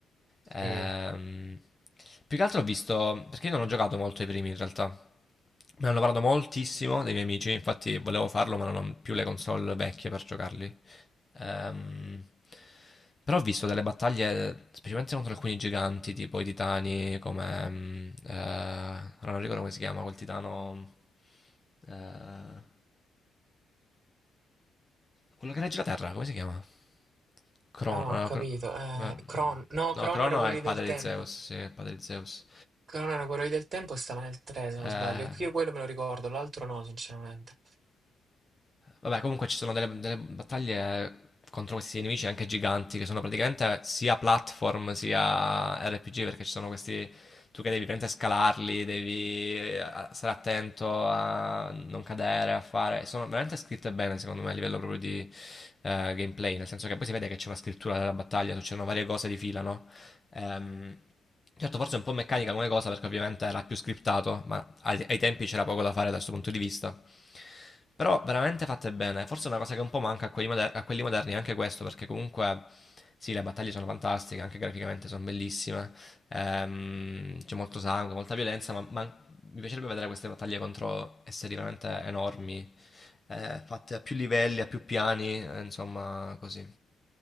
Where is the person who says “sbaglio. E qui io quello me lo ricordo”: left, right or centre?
Right